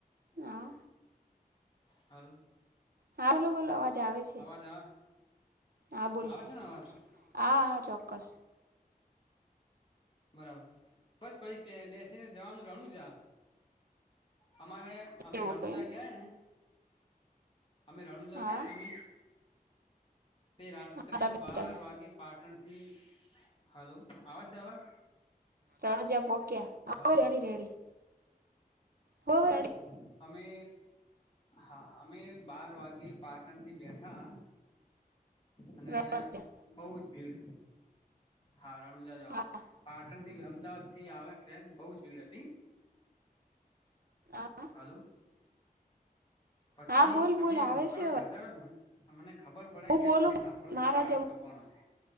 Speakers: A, on the right (about 80°); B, on the left (about 35°).
A: હા
B: હાલો
A: હા, બોલો બોલો અવાજ આવે છે
B: અવાજ આવે
A: હા, બોલો
B: આવે છે ને અવાજ
A: હા, હા ચોક્કસ
B: બરાબર બસ પછ બેસીને જવાનું રણું જા અમારે અમે
A: એવું
B: રણુજા
A: હોય એમ
B: ગયાએ ને અમે રણુ જ
A: હા
B: ગયાનેમ તે રાત્રે
A: હા તમે
B: બાર
A: તમે
B: વાગે પાટણથી હલો આવે છે અવાજ
A: રણુજા જ પોક્યા
B: હલો
A: રેડી રેડી હો
B: આવે
A: રેડી
B: છે અમે હાા, અમે બાર વાગે પાટણ થી બેઠા અને,
A: રણજા
B: બઉ જ ભીડ હા, રણુજા જામ
A: હા
B: પાટણ થી અમદાવાદ થી આવે ટ્રેન બહ ભીડ, હતી
A: હા
B: હાલો પછી,
A: હા બોલ
B: તમે
A: બોલ
B: આ
A: આવે
B: હકારો
A: છે અવાજ
B: ધરતાોજ મ મને ખબર પડે
A: હું
B: કે
A: બોલું
B: તમે
A: પણ
B: સાંભળો
A: મારા
B: છો.
A: જ
B: કે કોણ છે